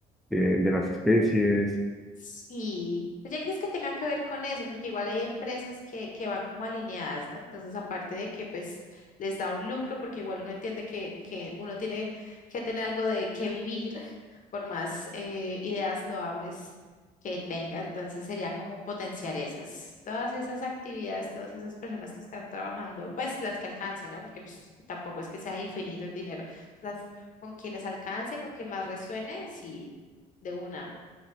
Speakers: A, in the centre; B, on the left (about 50°).
A: de, de las especies.
B: Sí, ¿tú ya crees que tenga que ver con eso? Porque igual hay empresas que, que van como alineadas, ¿no? Entonces, aparte de que pues les da un lucro, porque igual uno entiende que, que uno tiene que tener algo de qué vivir, <laughs> por más eh, ideas loables que tenga, entonces sería como potenciar esas, todas esas actividades, todas esas personas que están trabajando, pues las que alcance, ¿no? Porque pues, tampoco es que sea infinito el dinero, las con quienes alcance, con que más resuene, sí, de una.